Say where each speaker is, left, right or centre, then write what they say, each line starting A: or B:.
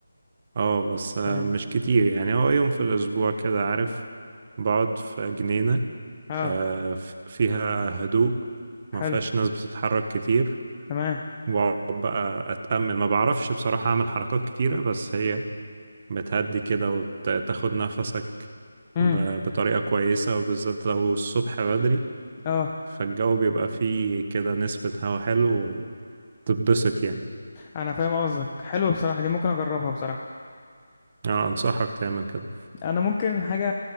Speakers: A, on the right (about 35°); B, on the left (about 25°).
A: اه بس مش
B: كام
A: كتير يعني هو يوم في الأسبوع كده عارف بقعد في جنينة
B: اه
A: آه، ف- فيها هدوء ما
B: حلو
A: فيهاش ناس بتتحرك كتير
B: تمام
A: وأقعد بقى أتأمل ما بعرفش بصراحة أعمل حركات كتيرة بس هي بتهدي كده وتاخد نفسك
B: امم
A: ب- بطريقة كويسة وبالذات لو الصبح بدري
B: اه
A: فالجو بيبقى فيه كده نسبة هوا حلو تتبسط يعني
B: انا فاهم قصدك حلوه بصراحه دي ممكن اجربها بصراحه
A: اه انصحك تعمل كده
B: انا ممكن حاجه